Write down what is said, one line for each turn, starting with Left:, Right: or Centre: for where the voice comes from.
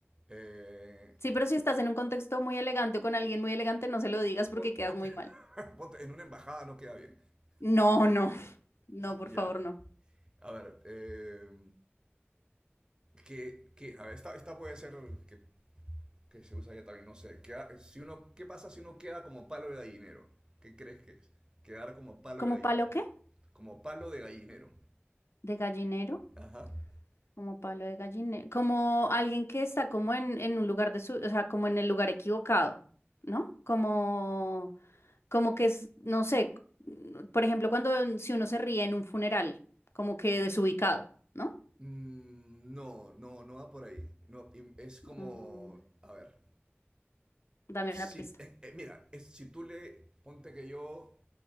Right: eh,
Left: Sí, pero si estás en un contexto muy elegante o con alguien muy elegante, no se lo digas porque
Right: pon-
Left: quedas
Right: ponte,
Left: muy
Right: <laughs>
Left: mal.
Right: ponte- en una embajada no queda bien. <laughs>
Left: No, no. <laughs> No, por
Right: Ya.
Left: favor, no.
Right: A ver. eh, ¿qué, qué? A ver, esta, esta puede ser que que se usa ya también, no sé. queda- si uno, ¿Qué pasa si uno queda como palo de gallinero? ¿Qué crees que es? Quedar como palo
Left: ¿Como
Right: de gallinero.
Left: palo qué?
Right: Como palo de gallinero.
Left: ¿De gallinero?
Right: Ajá.
Left: Como palo de gallinero. Como alguien que está como en, en un lugar de su, o sea, como en el lugar equivocado, ¿no? Como, como que es, no sé, por ejemplo, cuando si uno se ríe en un funeral, como que desubicado, ¿no?
Right: Mm, no, no, no va por ahí. No, y es como,
Left: Mm,
Right: a ver,
Left: dame
Right: si,
Left: una pista.
Right: eh, eh, mira, es, si tú le, ponte que yo